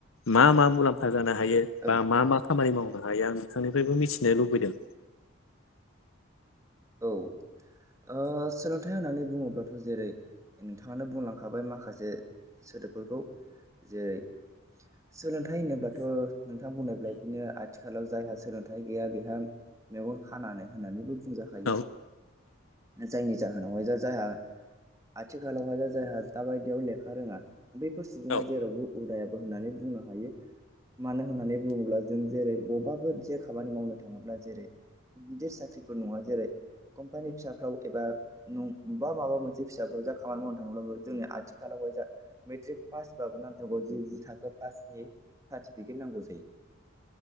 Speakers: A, on the left; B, on the right.
A: मा मा मुलाम्फा। हायो
B: औ
A: बा मा मा खामानि मावनो हायो आं नोंथांनि। फ्रायबो मिथिनो लुबैदों।
B: औ ओ सोलोंथाइ होननानै बुङोब्लाथ' जेरै। नोंथाङानो बुंलांखाबाय माखासे सोदोबफोरखौ जेरै स। सोलोंथाइ होनोब्लाथ' नोंथाङा बुंनायबाबदिनो आ। आथिखालाव जायहा सोलोंथाइ गैया बेहा मेगन खानानै होन्नानैबो बुंजा। हायो
A: औ
B: जायनि। जाहोनावहाय जायहा आथिखालावहाय जायहा दााबायदियाव लेखा रोङा। बैफोर सुबुङा
A: औ
B: जेरावबो उदायाबो होननानै बुंनो हायो मानो होननानै बुङोब्ला। जों जेरै बबेबाो मोनसे खामानि मावनो थाङोब्ला जेरै गिदिर साख्रिफोर नङा जेरै। कम्पानि फिसाफ्राव एबा न बबेबा माबा मोनसे फिसाफ्राव जा खामानि मावनो थाङोब्लाबो जोंनि आथि। खालामबाय जा मेट्रिक पासबाबो नांथारगौ जि जि थाखो पासनि। सार्टिफिकेट नांगौ जायो।